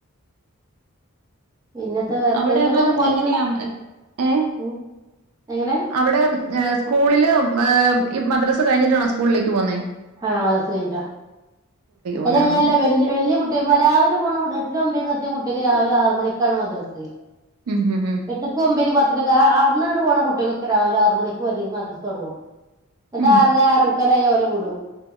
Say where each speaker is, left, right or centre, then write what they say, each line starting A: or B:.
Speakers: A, on the right (about 15°); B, on the right (about 85°).
A: ഇന്നത്തെ വേറെത്തെ
B: അവിടെ
A: ഇന്റെ
B: അപ്പം
A: മകൻ ഒന്ന്
B: എങ്ങനെയ ഏ
A: ഉം എങ്ങനെ
B: അവിടെ ഏ സ്കൂളില് ഏ ഈ മദ്രസ്സ കഴിഞ്ഞിട്ടാണോ സ്കൂളിലേക്ക് പോകുന്നേ
A: ആമദ്രസ്സ കഴിഞ്ഞിട്ടാഅത്
B: പോന്നെ
A: കഴിഞ്ഞാൽ
B: ആ
A: വല്ല്യ വല്ല്യ കൂട്ടിയാ രാവിലെ പോണ കുട്ടിയ എട്ടിലും ഒമ്പി ലൊക്കെ എത്തിയ കുട്ടിക്ക് രാവിലെ ആറുമണിക്കാണ് മദ്രസ്സ്
B: ഉം ഉം
A: എട്ടുക്കും ഒമ്പീൽ പ റ്റക്ക് ആ അവ്ടന്നാണ്ട് പോണ കുട്ടികൊക്കെ രാവിലെ ആറുമണിക്ക് വരെ മദ്രസ് തൊടങ്ങും ന്നിട്ട്
B: ഉം ഉം
A: ആറര ആർ മുക്കലായ ഓലെ വുടും